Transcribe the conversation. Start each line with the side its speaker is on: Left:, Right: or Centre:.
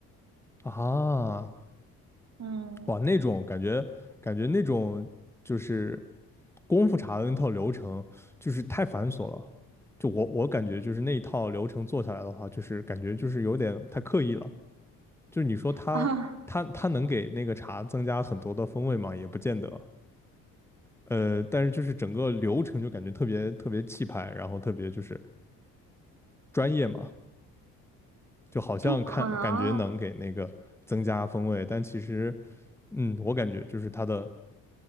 Centre: 啊，
Right: 嗯，
Centre: 哇，那种感觉感觉那种就是功夫茶的那套流程就是太繁琐了。就我我感觉就是那一套流程做下来的话，就是感觉就是有点太刻意了。就是你说它它它能给那个茶增加很多的风味吗？
Right: <laughs>
Centre: 也不见得。呃，但是就是整个流程就感觉特别特别气派，然后特别就是专业嘛，就好像看感觉能给那个增加风味，
Right: 就可能
Centre: 但其实，嗯，我感觉就是它的